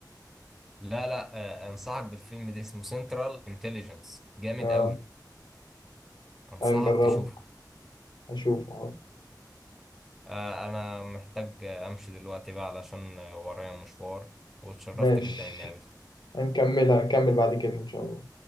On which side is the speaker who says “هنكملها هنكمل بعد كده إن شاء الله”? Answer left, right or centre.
Left